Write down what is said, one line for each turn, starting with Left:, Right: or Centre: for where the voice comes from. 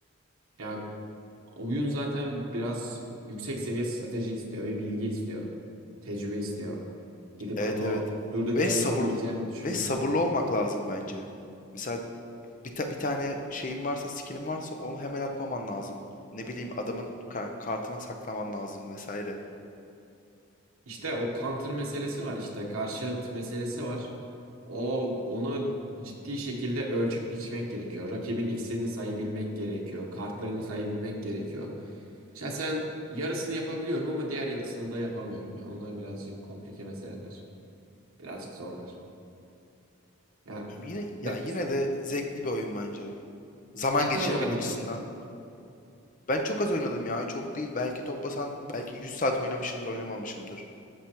Right: Ya Oyun zaten biraz yüksek seviye strateji istiyor ve bilgi istiyor. Tecrübe istiyor. Gidip
Left: Evet
Right: bunu
Left: evet.
Right: durduk
Left: Ve
Right: yere
Left: sabır
Right: yapabileceğini düşünmüyorum.
Left: ve sabırlı olmak lazım bence. Mesela bir, ta- bir tane şeyin varsa, skill'in varsa onu hemen atmaman lazım. Ne bileyim adamın ka- kartına saklaman lazım vesaire.
Right: İşte o counter meselesi var işte karşıt meselesi var. O onu ciddi şekilde ölçüp biçmek gerekiyor. Rakibin iksirini sayabilmek gerekiyor. Kartlarını sayabilmek gerekiyor. Şahsen yarısını yapabiliyorum ama diğer yarısını da yapamıyorum ya. Onlar birazcık komplike meseleler. Birazcık zorlar. Yani
Left: Yine ya
Right: ne,
Left: yine de zevkli bir oyun bence. Zaman
Right: ne
Left: geçirmek
Right: kadar oynadın?
Left: açısından. Ben çok az oynadım ya, çok değil. Belki toplasan belki 100 saat oynamışımdır, oynamamışımdır.